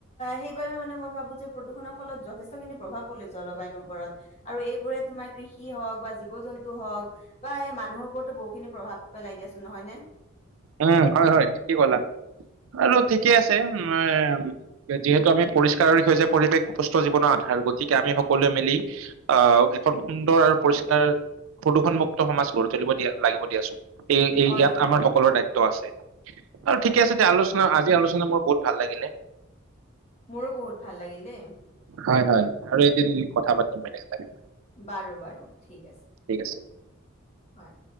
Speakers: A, on the left; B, on the right.
A: সেইবাবে মানে মই ভাবো যে প্ৰদু ফলত যথেষ্টখিনি প্ৰভাৱ পৰে জলবায়ুৰ ওপৰত, আৰু এইবোৰে তোমাৰ কৃষি হওক বা জীৱ-জন্তু, হওক বা এই মানুহৰ ওপৰতো বহু খিনি প্ৰভাৱ পেলাই দিয়াচোন। নহয় নে?
B: উম, হয়, হয় ঠিকেই ক'লা। আৰু ঠিকে আছে উম, যিহেতু আমি পৰিষ্কাৰ ৰি হৈছে পৰিৱেশ সুস্থ জীৱনৰ আধ ভাল গতিকে আমি সকলোৱে মিলি অহ, এখন সুন্দৰ আৰু পৰিষ্কাৰ প্ৰদূষণমুক্ত সমাজ গঢ়ি তুলিব দিয়া লাগিব দিয়াচোন। এই এই
A: হয়
B: ইয়াত
A: হয়
B: আমাৰ সকলোৰ দায়িত্ব আছে আৰু ঠিকে আছে এতিয়া আলোচনা আজি আলোচনা মোৰ বহুত ভাল লাগিলে।
A: মোৰো বহুত ভাল লাগিল দেই।
B: হয়, হয় আৰু এদিন কথা পাতিম বেলে কটা বি
A: বাৰু বাৰু ঠিক আছে,
B: আছে
A: হয়।